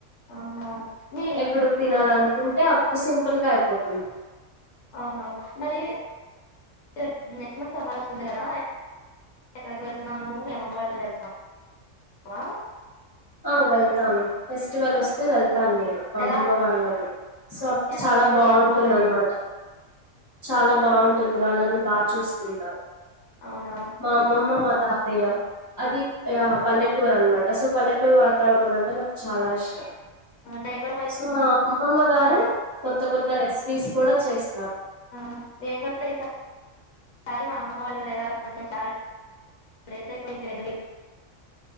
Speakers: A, on the left; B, on the left.
A: అవునా మీ
B: ఎప్పుడు తినాలన్ కుంటే అప్పుడు సింపుల్గా అయిపోతుంది.
A: అవునవును మరి <inaudible> నెక్స్ట్ మంత్ సమ్మర్ వస్తుంది కదా. ఎ ఎక్కడికి వెళ్తున్నావు నువ్వు మీ అమమ్మ వాళ్ళ ఊరు వెళ్తున్నా వా?
B: ఆ వెళ్తాను ఫెస్టివల్ వస్తే వెళ్తాను నేను మా అమ్మమ్మ
A: ఎలా
B: వాళ్ళ ఊరికి. సో అప్పుడు
A: ఎలా
B: చాలా
A: ఉంటుంది
B: బావుంటుంది
A: మీ అమ్మమ్మ వాళ్ళది
B: అన్మాట చాలా బావుంటుంది వాళ్ళని బాగా చూసుకుంటాం.
A: అవునా
B: మా అమ్మమ్మ మాతా తయ్య అది ఆ పల్లెటూర్ అన్మాట సో పల్లె టురు వాతావరణం అంటే నాకు చాలా ఇష్టం.
A: నేను కూడా మరి
B: సో మా అమ్మమ్మ గారు
A: ఈసారి
B: కొ కొత్త కొత్త రెస్పీస్ కూడా చేస్.
A: ఆహ్ నేను కూడ ఈ సారి సారి మా అమ్మమ్మ వాళ్ళూరు ఎల్లాలనుకుంటున్న చాలా. డేస్ అయిపోయింది వెళ్లి.